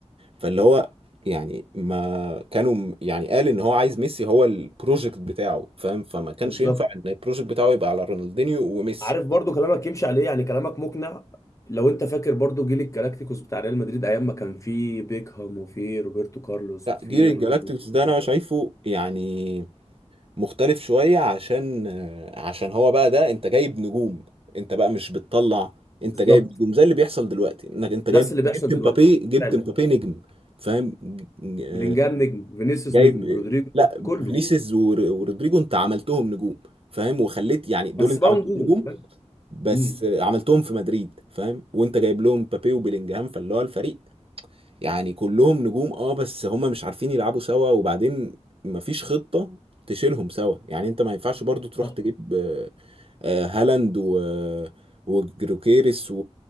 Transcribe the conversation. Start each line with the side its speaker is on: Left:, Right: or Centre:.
Right: فاللي هو يعني ما كانوا م- يعني قال ان هو عايز ميسي هو البروجكت بتاعه فاهم فما كانش
Left: بالظبط
Right: ينفع ان البروجكت بتاعه يبقى على رونالدينيو وميسي
Left: عارف برضه كلامك يمشي عليه يعني كلامك مقنع لو انت فاكر برضه جيل الكلاكتيكوس بتاع ريال مدريد ايام ما كان فيه بيكهام وفيه روبرتو كارلوس
Right: لا
Left: وفيه
Right: جيل الجالاكتيكوس
Left: رونالدو الظاهرة.
Right: ده انا شايفه يعني مختلف شوية عشان عشان هو بقى ده انت جايب نجوم انت بقى مش بتطلع انت
Left: بالظبط
Right: جايب نجوم زي اللي بيحصل دلوقتي انك انت جايب
Left: نفس اللي بيحصل
Right: جبت
Left: دلوقتي
Right: مبابي جبت
Left: فعلا
Right: مبابي نجم فاهم ج-
Left: بلينجهام نجم فينيسيوس
Right: جايب
Left: نجم رودريجو
Right: لا
Left: نجم، كله
Right: فينيسيوس ور- ورودريجو انت عملتهم نجوم فاهم وخليت يعني دول
Left: بس
Right: انت
Left: بقى
Right: عملتهم
Left: نجوم
Right: نجوم بس
Left: امم
Right: عملتهم في مدريد فاهم وانت جايب لهم مبابي وبيلينجهام فاللي هو الفريق يعني كلهم نجوم اه بس هما مش عارفين يلعبوا سوا وبعدين مفيش خطة تشيلهم سوا يعني انت ما ينفعش برضو تروح
Left: صح
Right: تجيب آه، آه، هالاند و وجروكيريس و...